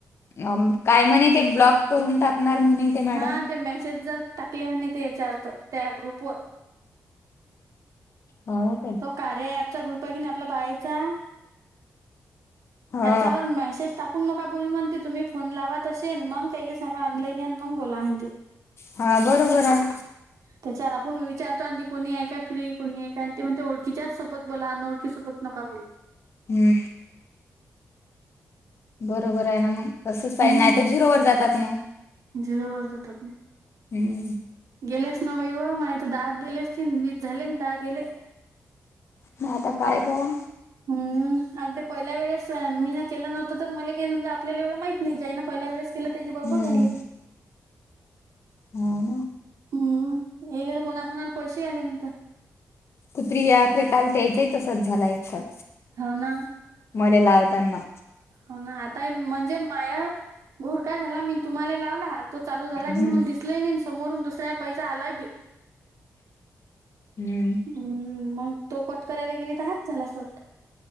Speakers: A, on the left; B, on the right.
A: अ काय म्हणे ते ब्लॉक करून टाकणार म्हणेते मॅडम
B: हा ते मेसेज जर टाकले आहे म्हणे ते त्याचा अर्थ त्या ग्रुप वर.
A: हाव काय.
B: तो कार्या ऍपचा ग्रुप आहे की नाय आपला बायाचा.
A: हा
B: त्याच्यावर मेसेज टाक नका बोलू म्हणते तुम्ही फोन लावा तसे मंग त्यायले सांगा ऑनलान या अन मंग बोला म्हणते.
A: हा बरोबर आय.
B: त्याच्यावर आपण विचारतो आणि ती कोणी आहे काय फ्री, कोणी आहे काय आणि ते म्हणते ओळखीच्याच सोबत बोला अनोळखी सोबत नका बोलु.
A: हम्म. बरोबर आहे ना मग असच पाहिजे
B: हम्म
A: नाही तर झिरो वर जातात मग.
B: झिरोवर जातात मग.
A: हम्म
B: गेलेस ना बाई व माये तर दहा गेले असतीन वीस झाले अन दहा गेले.
A: म आता काय करा?
B: हम्म आणि ते पहिल्या वेळेस मीन केलं नव्हतं तर मले समजा आपल्याला एवढं माहत नाही जाईन पहिल्या वेळेस केलं त्याची बरोबर
A: हम्म
B: झाले.
A: हम्म, हम्म.
B: हम्म येले तर कोणा, कोणाला पैसे आले म्हणता.
A: सुप्रिया आलती काल त्यायचाही तसाच झालाति एक काॅल.
B: हाव ना.
A: मले लावतांना.
B: हो ना आताय म्हणजे माया घोर काय झाला मी तुम्हाले लावला तो चालू झाला
A: हम्म
B: की नाय मले दिसलंय नाय अन समोरून दुसऱ्या बाईचा आलाय बी.
A: हम्म.
B: हम्म मंग तो कट करायला गेली तर हाच झाला कट.